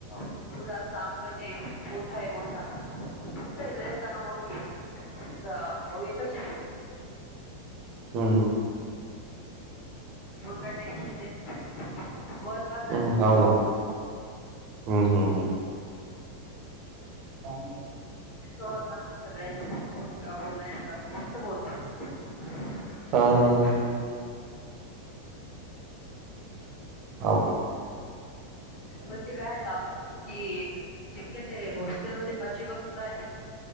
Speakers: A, on the left; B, on the right.
A: पुढं अस अंगण आहे. गोठा आहे मोठा‌. मोठ आहे. लय जागा मोठी आहे. तुझा भाऊ एकच आहे.
B: हम्म
A: मग काही टेन्शन नाही. त्यांची वर बांधणार
B: मग
A: आहेत
B: हाव
A: ते
B: ना. हम्म हम्म हम्म <unintelligible>
A: व चांगली सगळ्याचे पोट का बोलाय काकु मस्त बोलतात. त्यांची
B: हो हो
A: लेकर
B: हो. हो काय.
A: मग ते काय गावाात येत ते शिकेल आहे. हॉस्टेल मध्ये पाचवी पासून राहिले